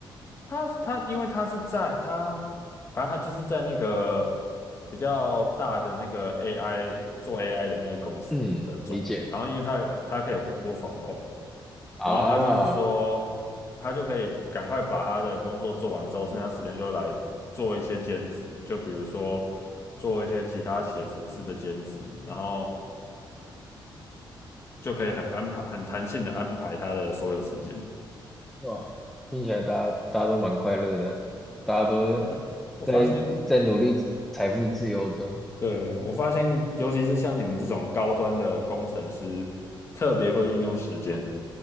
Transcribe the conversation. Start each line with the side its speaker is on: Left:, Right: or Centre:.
Left: 他他，因为他是在他，反正他就是在那个比较大的那个 AI 做 AI 的那个公司的总部，
Centre: 嗯，理解
Left: 然后因为他他可以 work work from home，
Centre: 啊。
Left: 然后他就是说他就可以赶快把他的工作做完之后，剩下时间就来做一些兼职，就比如说做一些其他写程式的兼职，然后就可以很安排很弹性的安排他的所有时间。
Centre: 哇，听起来大家大家都蛮快乐的，大家都
Left: 我没有，我发现。
Centre: 在在努力财富自由中。
Left: 对，我发现，尤其是像你们这种高端的工程师，特别会运用时间，